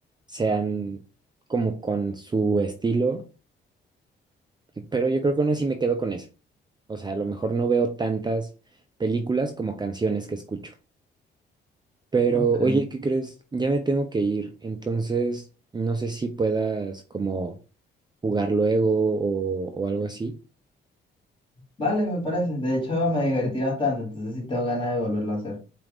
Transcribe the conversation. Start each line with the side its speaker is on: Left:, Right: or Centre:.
Right: sean como con su estilo, pero yo creo que aún así me quedo con eso. O sea, a lo mejor no veo tantas películas como canciones que escucho. Pero,
Left: Ok.
Right: oye, ¿qué crees? Ya me tengo que ir, entonces no sé si puedas como jugar luego o, o algo así.
Left: Vale, me parece. De hecho, me divertí bastante, entonces sí tengo ganas de volverlo a hacer.